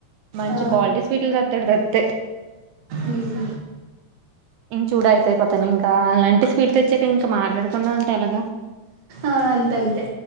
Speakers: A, on the right; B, on the right.
A: మంచి
B: ఆ,
A: క్వాల్టీ స్వీట్లు తెత్తాడు తెత్తే
B: ఉమ్
A: ఇంకా చూడు ఐసైపోతాను ఇంకా అలాంటి స్వీట్ తెచ్చాక ఇంకా మాట్లాడకుండా ఉంటే ఎలగా
B: ఆ అంతంతే